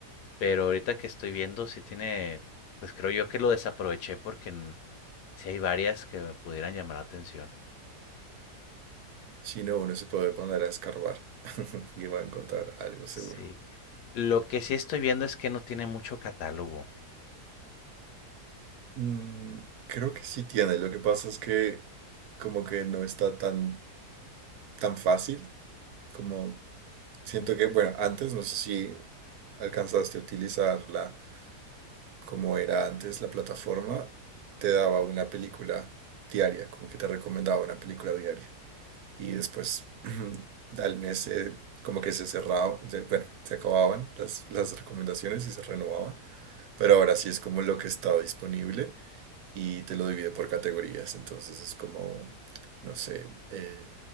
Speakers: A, on the left; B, on the right.
A: Pero ahorita que estoy viendo, sí tiene, pues creo yo que lo desaproveché porque n- sí hay varias que me pudieran llamar la atención.
B: Si no, uno se puede poner a escarbar <laughs> y va a encontrar algo seguro.
A: Sí. Lo que sí estoy viendo es que no tiene mucho catálogo.
B: Mm, creo que sí tiene. Lo que pasa es que como que no está tan, tan fácil como Siento
A: Ujú.
B: que, bueno, antes no sé si alcanzaste a utilizarla como era antes la plataforma, te daba una película diaria, como que te recomendaba una película diaria. Y después <clears throat> al mes eh, como que se cerraba, se- bueno, se acababan las, las recomendaciones y se renovaban. Pero ahora sí es como lo que está disponible y te lo divide por categorías. Entonces es como, no sé, eh,